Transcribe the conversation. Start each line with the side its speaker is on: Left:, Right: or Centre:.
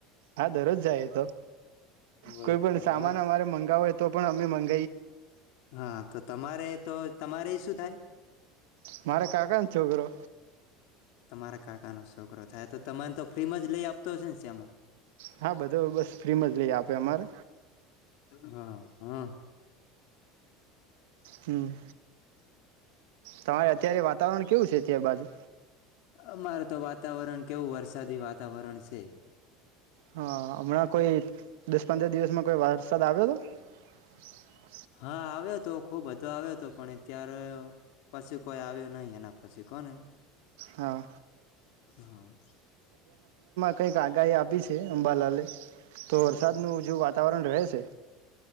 Right: હા દરરોજ જાય તો
Left: બરોબર
Right: કોઈ પણ સામાન અમારે મંગાવય તો પણ અમે માવ
Left: હા તો તમારે રે તો તમારે શું થાય
Right: મારે કાકા ન છોકરો
Left: તમારા કાકાનો છોકરો થાય તો તને તો ફ્રીમાં જ લઈ આપતો હશે ને શ્યામાન
Right: હા બધો બસ ફ્રીમાં જ લઈએ આપે અમારે
Left: હા હા
Right: હમ તમારે અત્યારે વાતાવરણ કેવું છે અત્યાર બાજુ
Left: અમાર તો વાતાવરણ કેવું વરસાદી વાતાવરણ છે
Right: હા હમણાં કોઈ દસ પંદર દિવસમાં કોઈ વરસાદ આવ્યો હતો
Left: હા આવ્યો હતો ખુબ બધો આવ્યો હતો પણ અત્યારે પછી કોઈ આવ્યો નહીિ એના પછી કોને
Right: હા
Left: હા
Right: કઈક આગાહી આપી છે અંબાલાલે તો વરસાદનું જો વાતાવરણ રહે છે